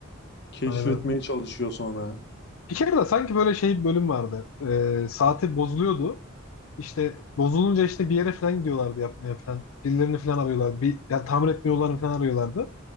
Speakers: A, on the left (about 55°); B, on the left (about 85°).
A: Keşfetmeye
B: Aynen.
A: çalışıyor sonra.
B: Bir kere de sanki böyle şey bir bölüm vardı. Ee, saati bozuluyordu. İşte bozulunca işte bir yere falan gidiyorlardı yapmaya falan. Birilerini falan arıyorlardı. Bir, ya tamir etmiyorlarını falan arıyorlardı.